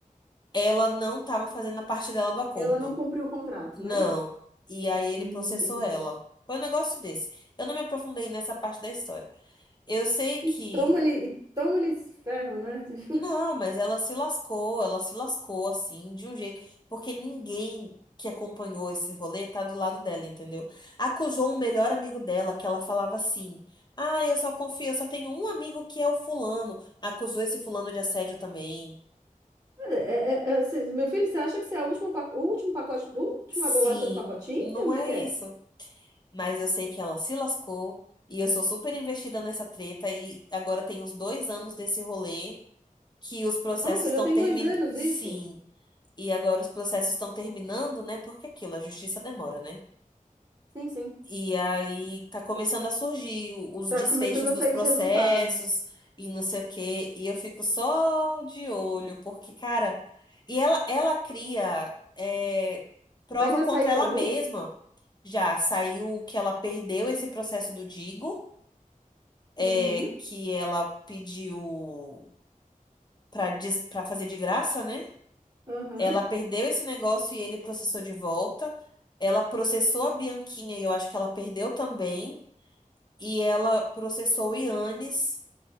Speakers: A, on the left; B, on the right.
A: Ela não estava fazendo a parte dela do acordo.
B: Ela não cumpriu o contrato,
A: Não.
B: né?
A: E aí ele
B: Hum,
A: processou
B: entendi.
A: ela. Foi um negócio desse. Eu não me aprofundei nessa parte da história. Eu sei que.
B: E toma-lhe, e toma-lhe esse ferro, né? <laughs> Tipo,
A: Não, mas ela se lascou, ela se lascou assim, de um jeito. Porque ninguém que acompanhou esse rolê tá do lado dela, entendeu? Acusou um melhor amigo dela, que ela falava assim. Ah, eu só confio, eu só tenho um amigo que é o fulano. Acusou esse fulano de assédio também.
B: É, é- é é assim, meu filho, você acha que você é a última, pa- o último pacote, a última
A: Sim,
B: bolacha do pacotinho?
A: não
B: Como
A: é
B: é que
A: isso.
B: é?
A: Mas eu sei que ela se lascou e eu sou super investida nessa treta e agora tem uns dois anos desse rolê que os processos
B: Nossa,
A: estão
B: já tem
A: terminando.
B: dois anos
A: Sim,
B: isso?
A: e agora os processos estão terminando, né? Porque é aquilo, a justiça demora, né?
B: Sim, sim.
A: E aí tá começando a surgir o- os
B: Tá
A: desfechos
B: começando a
A: dos
B: sair
A: processos
B: os resultados.
A: e não sei o quê. E eu fico só de olho, porque, cara, e ela, ela cria é, prova
B: Mas já
A: contra
B: saiu
A: ela
B: algum?
A: mesma. Já saiu que ela perdeu esse processo do Digo, é,
B: Uhum,
A: que ela pediu pra, des- pra fazer de graça, né?
B: aham,
A: Ela perdeu esse negócio e ele processou de volta. Ela processou a Bianquinha e eu acho que ela perdeu também. e ela processou o Yannis.